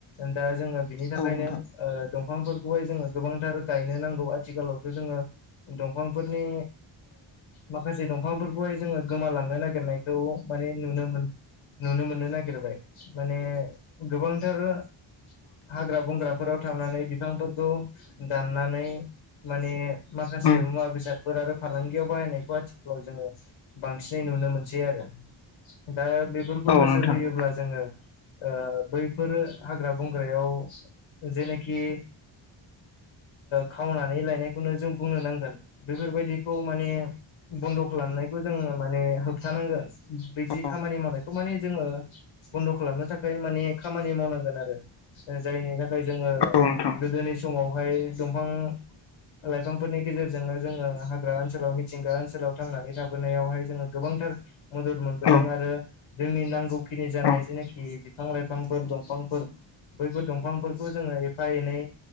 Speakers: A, on the left; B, on the left.
A: दा जोङो बिनि थाखायनो
B: औ नोंथां
A: दंफांफोरखौहाय जोङो गोबांथार गायनो नांगौ आथिखालावथ' जोङो दंफांफोरनि माखासे दंफांफोरखौहाय जोङो गोमालांनो नागिरनायखौ माने नुनो मोनो नुनो मोननो नागिरबाय माने गोबांथार हाग्रा बंग्राफोराव थांनानै बिफांफोरखौ दाननानै माने माखासे
B: उम
A: मुवा बेसादफोर आरो फालांगियाव बाहायनायखौ आथिखालाव जोङो बांसिनै नुनो मोनसै आरो दा बेफोरखौ
B: औ
A: नोजोर
B: नोंथां
A: होयोब्ला जोङो बैफोर हाग्रा बंग्रायाव जेनोखि खावनानै लायनायखौनो जों बुंनो नांगोन बेफोरबायदिखौ माने बन्द' खालामनायखौ जोङो माने होबथानांगोन बिदि
B: औ
A: खामानि मावनायखौ माने जोङो बन्द' खालामनो थाखाय माने खामानि मावनांगोन आरो जायनि थाखाय जोङो
B: नोंथां
A: गोदोनि समावहाय दंफां लाइफां फोरनि गेजेरजोंनो जोङो हाग्रा ओनसोलाव मिथिंगा ओनसोलाव थांनानै थाबोनायावहाय जोङो गोबांथार मदद मोनबोदों
B: औ
A: आरो जोंनि नांगौखिनि जानाय
B: औ
A: जेनाखि बिफां लाइफांफोर दंफांफोर बैफोर दंफांफोरखौ जोङो एफा एनै